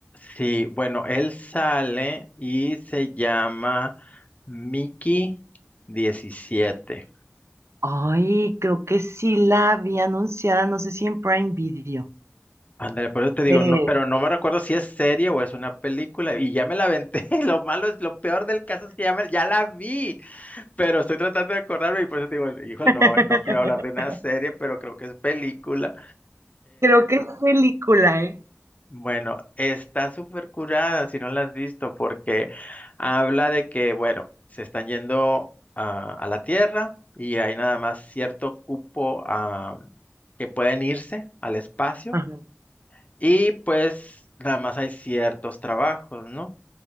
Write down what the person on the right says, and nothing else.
Ay, creo que sí la había anunciada, no sé si en Prime Video.
Eh.
<laughs>
Creo que es película, ¿eh?
Ajá,